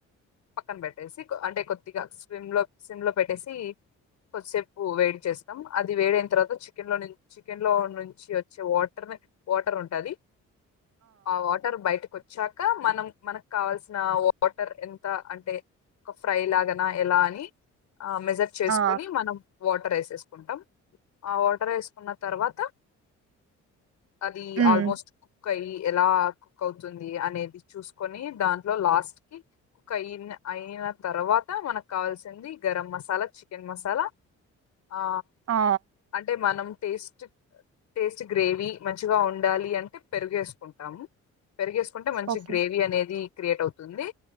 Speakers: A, on the left; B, on the right.
A: పక్కన పెట్టేసి అంటే కొ స్విమ్ లో స్విమ్ లో పెట్టేసి కొద్దిసేపు వేడి చేస్తాం అది వేదైన తర్వాత చికెన్ లో ను చికెన్ లో నుంచి వచ్చే వాటర్ ని వాటర్ ఉంటది ఆ వాటర్ బయట కొ చ్చాక మనం మనకు కావాల్సిన వాటర్ ఎంత అంటే ఒక ఫ్రై లాగా ఎలా అని ఆ మెజర్ చేసుకొని
B: ఆ
A: మనం వాటర్ వేసేసుకుంటాం ఆ వాటర్ వేసుకున్న తర్వాత అది
B: మ్మ్
A: ఆల్మోస్ట్ కుక్ అయి ఎలా కుక్ అవుతుంది అనేది చూసుకొని దాంట్లో లాస్ట్ కి కుక్ అయి అయిన తర్వాత మనకు కావాల్సింది గరం మసాలా చికెన్ మసాలా ఆ
B: ఆ
A: అంటే మనం టేస్ట్ టేస్ట్ గ్రేవీ మంచిగా ఉండాలి అంటే పెరిగేసుకుంటాము పెరిగేసుకుంటే మంచి
B: ఓకే
A: గ్రేవీ అనేది క్రియేట్ అవుతుంది